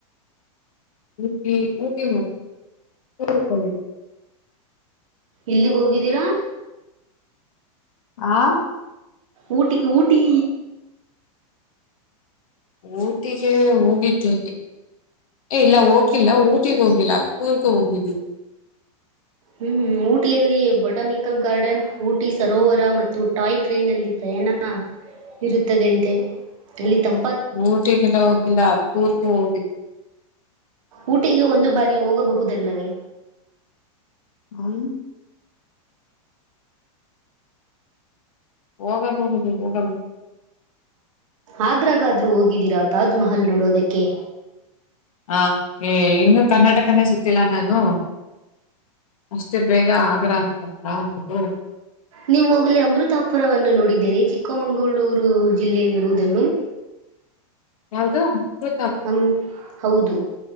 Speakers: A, on the left (about 70°); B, on the right (about 65°).
A: ಊಟಿ <unintelligible> ಊ ಹಕ
B: ಎಲ್ಲಿಗ್ ಹೋಗಿದ್ದೀರಾ
A: ಹಾ
B: ಊಟಿಗ್ ಊಟಿ
A: ಊಟಿಗೆ ಹೋಗಿದ್ದೇವೆ. ಏ ಇಲ್ಲ ಹೋಗಿಲ್ಲ ಊಟಿಗ್ ಹೋಗಿಲ್ಲ ಕೂರ್ಗ ಹೋಗಿದ್ದೀವಿ.
B: ಹ್ಮ್ ಊಟಿಯಲ್ಲಿ ಬೊಟಾನಿಕಲ್ ಗಾರ್ಡನ್ ಊಟಿ ಸರೋವರ ಮತ್ತು ಟಾಯ್ ಟ್ರೈನ್ಲ್ಲಿ ಪ್ರಯಾಣ. ಇರುತ್ತದೆಯಂತೆ ಅಲ್ಲಿ ತಮ್
A: ಊಟಿಗ್ ಎಲ್ಲ ಹೋಗಿಲ್ಲ ಕೂರ್ಗೂ ಹೋಗಿ
B: ಊಟಿಗೆ ಒಂದು ಬಾರಿ ಹೋಗಬಹುದಲ್ಲವೇ.
A: ಹ್ಮ. ಹೋಗಬಹುದು ಹೋಗಬಹುದು.
B: ಆಗ್ರಾಗ ಆದ್ರು ಹೋಗಿದ್ದೀರಾ ತಾಜ್ಮಹಲ್ ನೋಡೋದಕ್ಕೆ.
A: ಹ ಏ ಇನ್ನುೂ ಕರ್ನಾಟಕನೇ ಸುತ್ತಿಲ್ಲ ನಾನು. ಅಷ್ಟೇ ಬೇಗ ಆಗ್ರ ಅಂತ <unintelligible>
B: ನೀವು ಹೋಗಲಿ ಅಮೃತಾಪುರವನ್ನು ನೋಡಿದ್ದೇನೆ ಚಿಕ್ಕಮಂಗಳೂರು ಜಿಲ್ಲೆಯಲ್ಲಿರುವುದನ್ನು.
A: ಯಾವ್ದು <unintelligible>
B: ಹಂ ಹೌದು.